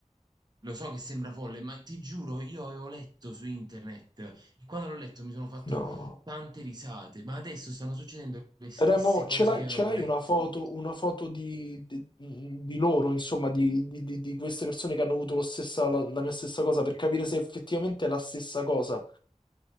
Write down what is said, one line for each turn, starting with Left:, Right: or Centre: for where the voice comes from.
Right: lo so che sembra folle, ma ti giuro, io avevo letto su internet e quando l'ho letto mi sono fatto
Left: No.
Right: tante risate, ma adesso stanno succedendo le stesse
Left: Remo,
Right: cose
Left: ce l'hai
Right: che avevo
Left: ce l'hai
Right: letto.
Left: una foto, una foto di, di- di loro, insomma, di, di- di- di queste persone che hanno avuto lo stessa- la, la mia stessa cosa per capire se effettivamente è la stessa cosa.